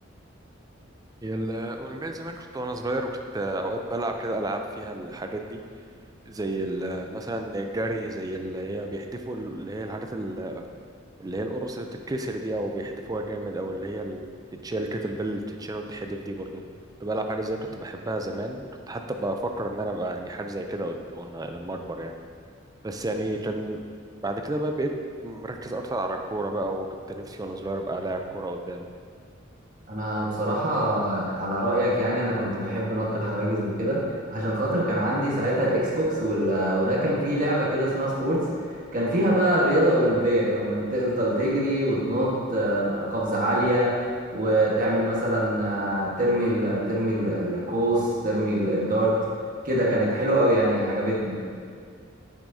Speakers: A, on the right (about 20°); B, on the right (about 45°).
A: هي الأولمبياد زمان كنت وأنا صغير وكنت أوقات بلعب كده ألعاب فيها الحاجات دي زي ال- مثلا الجري زي اللي هي بيحدفوا ال- اللي هي الحاجات اللي هي القرص اللي بتتكسر دي او بيحدفوها جامد او اللي هي اللي بتتشال كتل بيل اللي بتتشال وتتحدف دي برضو كنت بلعب حاجه زي كنت بحبها زمان وكنت حتى بفكر ان انا ابقى يعني حاجه زي كده قد- وانا لما اكبر يعني بس يعني كان بعد كده بقى بقيت مركز اكتر على الكوره بقى وكنت نفسي وانا صغير ابقى لاعب كوره قدام
B: انا بصراحه على رايك يعني انا كنت بحب نط الحواجز وكده عشان خاطر كان عندي ساعتها اكس بوكس وال... وده كان فيه لعبه كده اسمها سبورتس كان فيها بقى رياضه اولمبيه كان تفضل تجري وتنط آه، قفزه عاليه وتعمل مثلا آه، ترمي ال... ترمي ال- القوس ترمي ال- الدارت كده كانت حلوه قوي يعني عجبتني